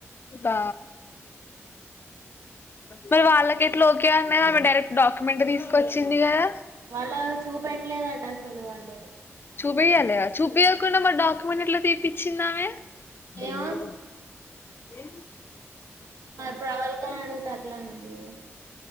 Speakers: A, on the left; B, on the right.
A: తా మరి వాళ్ళకెట్ల ఓకె అన్నాయి ఆమె డైరెక్ట్ డాక్యుమెంట్ తీసుకొచ్చింది కదా.
B: వాళ్ళ చూపెట్ ట్లేదట అసలు వాళ్ళు
A: చూపయాలి చూపయకుండా మా డాక్యుమెంట్ ఎట్లా తీప్పించిందామే అంటే
B: ఏమో
A: ఏ
B: మరిప్రవళిక అడుగు తర్లేన్నది లేదు